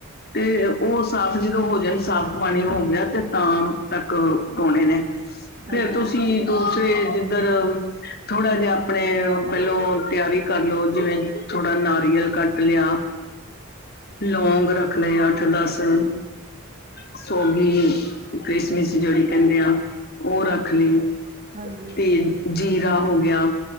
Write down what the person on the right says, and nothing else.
ਹਾਂਜੀ
ਹਾਂਜੀ
ਹਾਂਜੀ